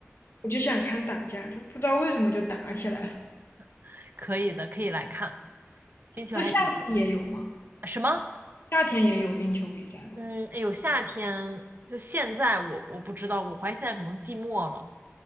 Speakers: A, on the left (about 55°); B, on the right (about 45°).
A: 我就想看打架，就不知道为什么就打起来了。
B: <laughs> 可以的，可以来看，冰球还挺不错。
A: 这夏天也有吗？
B: 什么？
A: 夏天也有冰球比赛吗？
B: 嗯，哎有夏天就现在我，我不知道，我怀疑现在可能季末了，